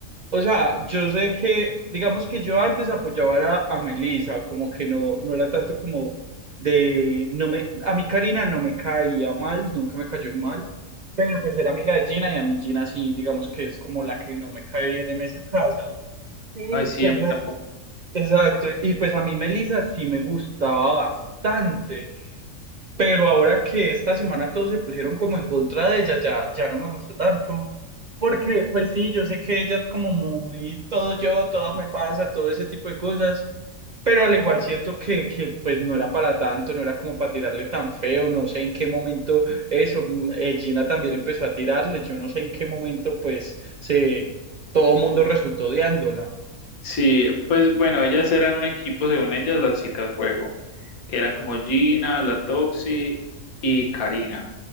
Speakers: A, on the right; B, on the left.
A: o sea, yo sé que, digamos que yo antes apoyaba a, a Melissa, como que no, no era tanto como de, no me, a mí Karina no me caía mal, nunca me cayó mal, pero pues era amiga de Gina y a mí Gina sí, digamos que es como la que no me cae bien en esa casa. Y
B: Ay, sí,
A: pues,
B: a mí
A: me-
B: tampoco.
A: exacto, y pues a mí Melissa sí me gustaba bastante. Pero ahora que esta semana todos se pusieron como en contra de ella, ya, ya no me gustó tanto. Porque, pues sí, yo sé que ella es como muy todo yo, todo me pasa, todo ese tipo de cosas. Pero al igual siento que, que pues no era para tanto, no era como para tirarle tan feo, no sé en qué momento eso, mm, eh, Gina también empezó a tirarle, yo no sé en qué momento pues se, todo el mundo resultó odiándola.
B: Sí, pues bueno, ellas eran un equipo, según ellas, las chicas juego. que eran como Gina, la Toxi y Karina.